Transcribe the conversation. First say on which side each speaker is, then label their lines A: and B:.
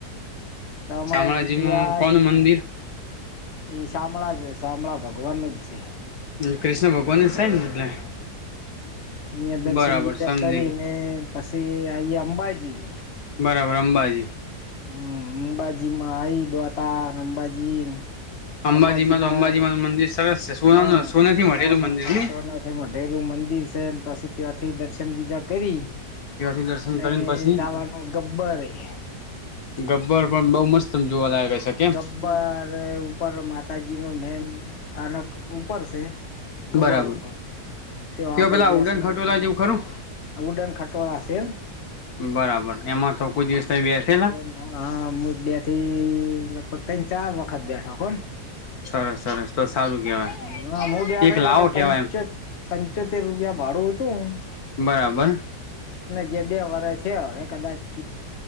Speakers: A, on the left (about 45°); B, on the left (about 70°).
A: શામળાજીથી
B: શામળાજીમાં
A: આઈ
B: કોનું મંદિર
A: એ શામળાજ, શામળા ભગવાનનું છે.
B: કૃષ્ણ ભગવાનને સેન ને
A: અહયા દર્શન
B: બરાબર
A: બીજા
B: સમજાઈ
A: કરીને,
B: ગઈ
A: પછી આઈયા અંબાજી
B: બરાબર અંબાજી.
A: હમ્મ. અંબાજીમાં આઈ દોતા, અંબાજી ન.
B: અંબાજીમાં
A: અંબાજીના
B: તો અંબાજીમાં મંદિર સરસ છે સોનાનું
A: હા
B: સોનાથી મઢેલું
A: સોના
B: મંદિર
A: થ
B: ની
A: સોનાથ એમઢેલું મંદિર છે પછી ત્યાંથી દર્શન બીજા કરી
B: ત્યાંથી દર્શન
A: અને
B: કરીને પછી
A: લાવાનું ગબ્બર રી <unintelligible>
B: ગબ્બર પણ બહુ મસ્ત જોવાલાયક હશે કેમ
A: ગબ્બર ઉપર માતાજી નું મેન સ્થાન ઉપર છે, ગબ્બર
B: બરાબર
A: ઉપર તેઓ
B: તે
A: આગળ
B: પેલા
A: બેસવાનું
B: ઉડન ખટોલા જેવું ખરું
A: ઉડન ખટોળા એમ
B: બરાબર એમાં તો કોઈ દિવસ બેસે તમે <inaudible>
A: હા હું બે થી લગભગ ત્રણ ચાર વખત બેઠો કો ને
B: સરસ સરસ તો સારું કેવાય
A: હ હ હું બેઠો
B: એક
A: ઈ
B: લાવો
A: વખત
B: કેવાય
A: પંચત
B: એમ
A: પંચોતેર રૂપિયા ભાડું હતું.
B: બરાબર
A: જ બે વર્ષ છેવે કદાચ